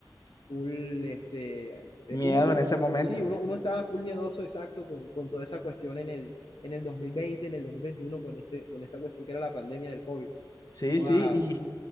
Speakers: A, on the left; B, on the left.
A: full, este, eh,
B: miedo
A: uno, u-
B: en ese momento.
A: sí, uno, uno estaba full miedoso, exacto, con, con toda esa cuestión en el, en el dos mil veinte en el 2021 con ese, con esa cuestión que era la pandemia del COVID.
B: Sí,
A: Joda.
B: sí, Y,